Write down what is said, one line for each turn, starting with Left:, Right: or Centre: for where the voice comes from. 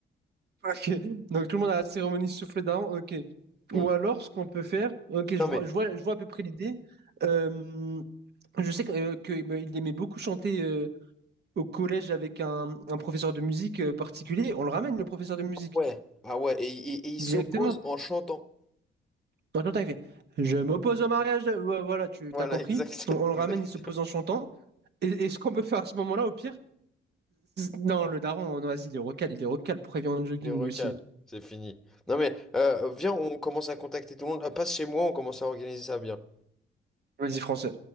Right: Ok. <laughs> Donc tout le monde a la cérémonie souffle daron, ok. Ou
Centre: Hmm.
Right: alors, ce qu'on peut faire, ok, je
Centre: Non
Right: vois,
Centre: mais
Right: je vois, je vois à peu près l'idée. Euh, je sais que, euh, que, euh, il aimait beaucoup chanter euh, au collège avec un, un professeur de musique euh, particulier. On le ramène, le professeur de musique,
Centre: Ouais. Ah ouais, et, et- et il
Right: directement.
Centre: s'oppose en chantant.
Right: Dans le temps, il fait, Je m'oppose au mariage. de- Ouais, Voilà, tu
Centre: Voilà,
Right: t'as compris.
Centre: exact.
Right: On, on
Centre: <laughs>
Right: le
Centre: Exact.
Right: ramène, il se pose en chantant. Et, et ce qu'on peut faire à ce moment-là, au pire, Non, le daron en oasis, il est recal, il est recal, prévient le jogging
Centre: Les recale.
Right: lui aussi.
Centre: C'est fini. Non mais, euh, viens, on commence à contacter tout le monde. Passe chez moi, on commence à organiser ça bien.
Right: Vas-y, français.